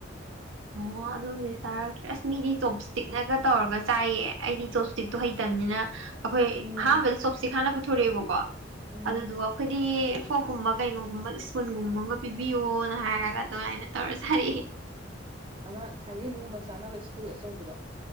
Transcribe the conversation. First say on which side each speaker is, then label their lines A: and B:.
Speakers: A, on the right; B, on the right.
A: ꯑꯣ ꯑꯗꯨꯝꯗꯤ ꯆꯔꯛꯇ꯭ꯔꯁ ꯃꯤꯗꯤ ꯆꯣꯞ ꯏꯁꯇꯤꯛꯅꯒ ꯇꯧꯔꯒ ꯆꯥꯏꯌꯦ ꯑꯩꯗꯤ ꯆꯣꯞ ꯏꯁꯇꯤꯛꯇꯣ ꯍꯩꯇꯕꯅꯤꯅ ꯑꯩꯈꯣꯏ
B: ꯎꯝ
A: ꯑꯍꯥꯟꯕꯗ ꯆꯣꯞꯁ꯭ꯇꯤꯛꯁ ꯈꯅꯕ ꯊꯣꯛꯔꯦꯕꯀꯣ
B: ꯎꯝ
A: ꯑꯗꯨꯗꯨꯒ ꯑꯩꯈꯣꯏꯗꯤ ꯐꯣꯛꯀꯨꯝꯕ ꯀꯩꯒꯨꯝꯒꯨꯝꯕ ꯁ꯭ꯄꯨꯟꯒꯨꯝꯕꯒ ꯄꯤꯕꯤꯌꯣꯅ ꯍꯥꯏꯔꯒ ꯑꯗꯨꯃꯥꯏꯅ ꯇꯧꯔ ꯁꯥꯔꯛꯑ
B: ꯑꯃ ꯊꯥꯏꯂꯦꯟꯗꯒꯨꯝꯕ ꯆꯥꯅꯕ ꯁ꯭ꯀꯨꯜ ꯑꯆꯧꯕꯗꯣ